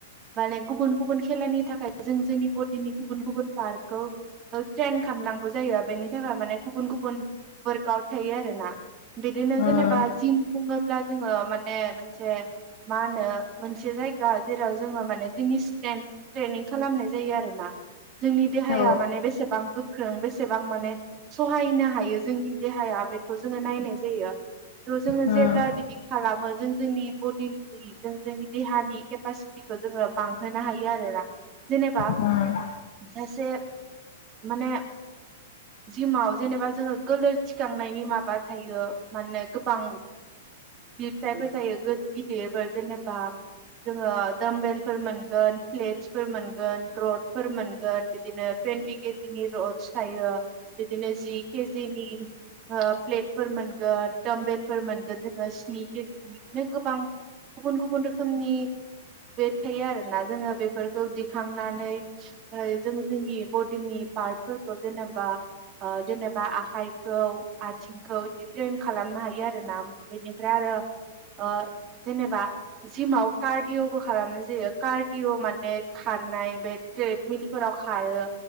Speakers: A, on the right; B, on the left.
A: माने गुबुन गुबुन खेलानि थाखाय जों जोंनि बडिनि गुबुन गुबुन पार्कखौ ओ ट्रेन खालामनां जायो बेनि थाखाय माने गुबुन गुबुन वर्कआउट थायोया आरो ना बिदिनो
B: उम
A: जेनेबा जिम खुङोब्ला जोङो माने ए मोनसे मा होनो मोनसे जाय जा जेराव जोङो माने जोंनि स्ट्रेन ट्रेनिं खालामनाय जायो आरो ना जोंनि देहाया
B: औ
A: माने बेसेबां गोख्रों बेसेबां माने सहायनो हायो जोंनि देहाया बेखौ जोङो नायनाय जायो थ' जोङो
B: उम
A: जेब्ला बिदि खालामो जोंनि बडिनि जों जोंनि देहा नि केपासिटिखो जोङो बांहोनो हायो आरोना जेनेबा
B: उम
A: सासे माने जिउआव जेनेबा जोङो गोलोर दिखांनायनि माबा थायो मानो गोबां <unintelligible> फिथाइफोर थायो गो गिदिरफोर जेनेबा जोङो दामबेलफोर मोनगोन प्लेटफोर मोनगोन प्रदफोर मोनगोन बिदिनो थुयेनटि केजि र'स थायो बिदिनो जि केजिनि ओ प्लेटफोर मोनगोन थ'मबेफोर मोनगोन जोङो स्नि, केजि नि बिदिनो गोबां गुबुन गुबुन रोखोमनि वेट थायो आरो ना जोङो बेफोरखौ दिखांनानै ओ जों जोंनि बडिनि पार्टफोरखौ जेनेबा ओ जेनेबा आखाइखौ आथिंखौ बिदि ट्रेन खालामनो हायो आरो ना बेनिफ्राय आरो ओ जेनेबा जिमाव कारडिअ खालामनायबो जायो कारडिअ माने खारनाय बे प्लेट मिरि फोराव खारो